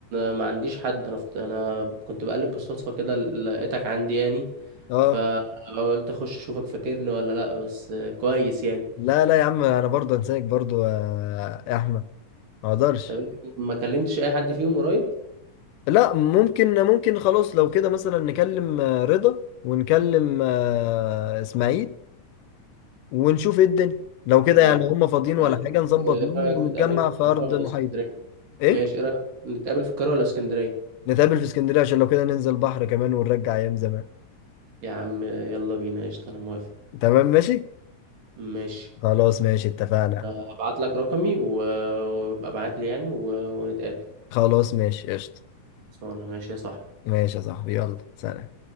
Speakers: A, on the right; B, on the left.
A: ما عنديش حد انا فت- انا كنت بقلب بالصدفه كده لقيتك عندي يعني
B: اه
A: فقلت اخش اشوفك فاكرني ولا لا بس آه، كويس يعني
B: لا لا يا عم انا برضه انساك برضه يا احمد ما اقدرش
A: طب انت ما كلمتش اي حد فيهم قريب
B: لا ممكن ممكن خلاص لو كده مثلا نكلم آه، رضا ونكلم آه، اسماعيل ونشوف ايه الدنيا لو كده
A: مع
B: يعني هم فاضيين
A: يعني
B: ولا حاجة نظبط
A: ايه
B: يوم
A: رايك
B: ونتجمع
A: نتقابل في
B: في أرض
A: القاهره ولا
B: محايدة
A: اسكندريه
B: ايه
A: ماشي ايه رايك نتقابل في القاهره ولا اسكندريه
B: نتقابل في اسكندرية عشان لو كده ننزل بحر كمان ونرجع أيام زمان
A: يا عم يلا بينا قشطه انا موافق
B: تمام ماشي
A: ماشي
B: خلاص ماشي اتفقنا
A: هبعت لك رقمي و- وابقى ابعت لي يعني و- ونتقابل
B: خلاص ماشي قشطة
A: خلصانه ماشي يا صاحبي
B: ماشي يا صاحبي يلا سلام